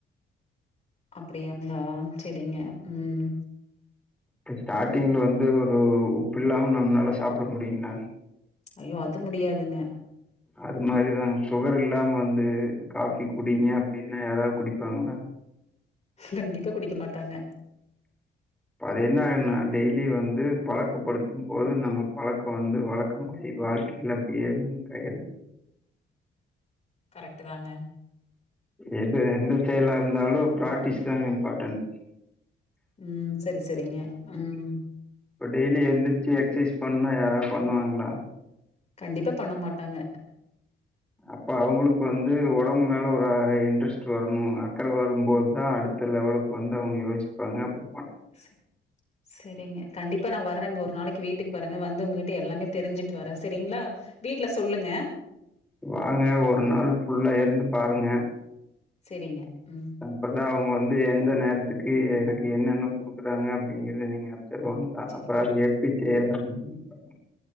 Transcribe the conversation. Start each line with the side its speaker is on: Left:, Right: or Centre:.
Left: அப்பிடியாங்ளா செரிங்க ம்
Centre: ப்ப ஸ்டாட்டிங்ல வந்து ஒரு உப்பு இல்லாம் நம்னால சாப்ட முடியுங்ளாங்
Left: ஐயோ அது முடியாதுங்க
Centre: அது மாரிதாங் சுகர் இல்லாம வந்து காஃபி குடிங்க அப்டின்னா யாராவ் குடிப்பாங்ளா
Left: கண்டிப்பா குடிக்க மாட்டாங்க
Centre: ப்ப அது என்னாகுன்னா டெய்லி வந்து பழக்கப்படுத்தும் போது நம்ம பழக்கொ வந்து வழக்கமாயி வாழ்க்கைல அப்டியே லிங்க் ஆயிரு
Left: கரக்ட்டு தாங்க
Centre: எது எந்த செய்லா இருந்தாலு பிராட்டிஸ் தாங்க இம்பாட்டன்
Left: ம் செரி செரிங்க ம்
Centre: இப்ப டெய்லி எந்துர்ச்சி எக்சைஸ் பண்ணா யாராவ் பண்ணுவாங்ளா
Left: கண்டிப்பா பண்ண மாட்டாங்க
Centre: அப்ப அவுங்குளுக்கு வந்து ஒடம் மேல ஒரு அ இன்ட்ரெஸ்ட் வரணுங் அக்கற வரும் போத்தா அடுத்த லெவலுக்கு வந்து அவுங்க யோசிப்பாங்க அப்ற
Left: செ செரிங்க கண்டிப்பா நா வர்றங்க ஒரு நாளை வீட்டுக் வரங்க வந்து உங்க கிட்ட எல்லாமே தெரிஞ்சி ட்டு வரே செரிங்ளா வீட்ல ஸ் சொல்லுங்க
Centre: வாங்க ஒரு நாள் ஃபுல்லா இருந்து பாருங்க
Left: செரிங்க ம்
Centre: அ இப்பதா அவுங் வ ந்து எந்த நேரத்துக்கு எ எனக்கு என்னென்ன குடுக்குறாங்க அப்டிங்கிறது நீங்க செரி ஒன்தா
Left: செரிங்க
Centre: அப்ப அது எப்டி தேற <unintelligible>